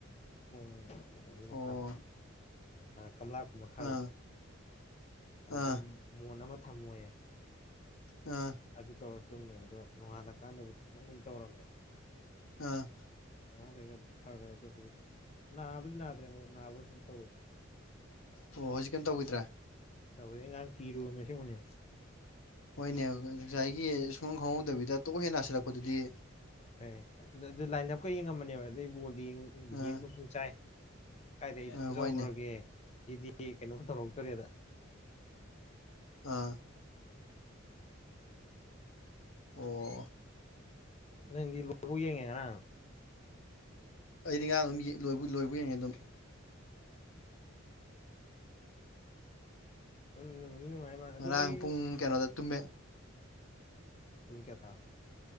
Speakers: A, on the left (about 30°); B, on the left (about 80°).
A: ꯈꯣꯡ ꯑꯗꯣꯝꯒꯤ
B: ꯑꯣ
A: ꯃꯈꯥꯗꯣ ꯀꯪꯂꯥꯀꯤ ꯃꯈꯥꯗꯣ
B: ꯑꯥ
A: ꯑꯗꯨꯗ
B: ꯑꯥ
A: ꯃꯣꯟ ꯑꯃ ꯊꯝꯃꯣꯏꯌꯦ
B: ꯑꯥ
A: ꯑꯗꯨ ꯇꯧꯔ ꯇꯨꯝꯃꯦ ꯑꯗꯣ ꯅꯣꯡꯉꯥꯜꯂꯀꯥꯟꯗꯕꯨ ꯈꯤꯇꯪꯕꯨꯁꯨ ꯇꯧꯔꯝꯃꯦ
B: ꯑ
A: ꯉ ꯂꯩ ꯑꯗꯨ ꯐꯈ꯭ꯔꯦ ꯑꯗꯣ ꯍꯧꯖꯤꯛ ꯅꯥꯕꯗꯤ ꯅꯥꯗ꯭ꯔꯦ ꯑꯃꯨꯛ ꯅꯥꯕ ꯑꯗꯨꯨꯝ ꯇꯧꯋꯤ
B: ꯑꯣ ꯍꯧꯖꯤꯛ ꯀꯝ ꯇꯧꯒꯣꯏꯗ꯭ꯔꯥ
A: ꯇ ꯉꯅ ꯀꯤꯔꯣ ꯃꯦ ꯁꯤ ꯃꯅꯦ
B: ꯍꯣꯏꯅꯦ ꯉꯁꯥꯏꯒꯤ ꯁꯨꯝꯪ ꯈꯪꯍꯧꯗꯕꯤꯗ ꯇꯣꯛ ꯍꯦꯟꯅ ꯍꯥꯁꯤꯜꯂꯛꯄꯗꯨꯗꯤ
A: ꯍ ꯑꯗꯨ ꯂꯥꯏꯟ ꯑꯞꯀ ꯌꯦꯡꯉꯃꯅꯦꯕ ꯑꯗꯨꯩ ꯕꯣꯜꯗꯤ
B: ꯑꯥ
A: ꯌꯦꯡꯕ ꯄꯨꯡ ꯆꯥꯏ ꯀꯥꯏꯗ ꯑꯩ
B: ꯑꯥ
A: ꯇꯨꯝꯖꯍꯧꯨꯔꯒꯦ
B: ꯍꯣꯏꯅꯦ
A: ꯁꯤꯗꯤ ꯀꯩꯅꯣꯝ ꯇꯧꯔꯛꯇ꯭ꯔꯦꯗ
B: ꯑꯥ ꯑꯣ
A: ꯪ ꯂꯧꯕ ꯌꯦꯉꯦꯅꯥ
B: ꯑꯩꯗꯤ ꯉꯔꯥꯡ ꯑꯗꯨꯝ ꯂꯣꯏ ꯂꯣꯏꯕꯨ ꯌꯦꯡꯉꯦ ꯑꯗꯨꯝ
A: ꯁꯨꯝ ꯅꯨꯡꯗꯤ ꯅꯨꯡꯉꯥꯏ ꯃꯥ ꯑꯗꯣ
B: ꯉꯔꯥꯡ
A: ꯑꯩ
B: ꯄꯨꯡ ꯀꯩꯅꯣꯗ ꯇꯨꯝꯃꯦ
A: ꯄꯨꯡ ꯀꯌꯥ ꯇꯔꯕ